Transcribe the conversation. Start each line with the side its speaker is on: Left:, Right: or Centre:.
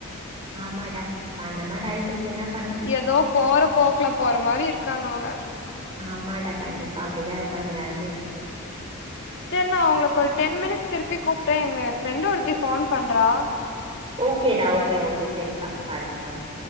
Right: ஆமாடா இப்ப அந்த மாரி ஆயிப்போச் என்னப்
Left: ஏதோ போற போக் குல போற மாரி இருக்காங்க அவங்க
Right: ஆமாடா கண்டிப்பா அப்டிதா இருக்காங்க எல்லாருமே
Left: சரி நா ஒங்களுக்கு ஒரு டென் மினிட்ஸ் திருப்பி கூப்ட்டே எ ஃப்ரெண்ட் ஒருத்தி போன் பண்றா
Right: ஓகேடா ஓகே ஓகே செரிப்பா பாரு ஓகே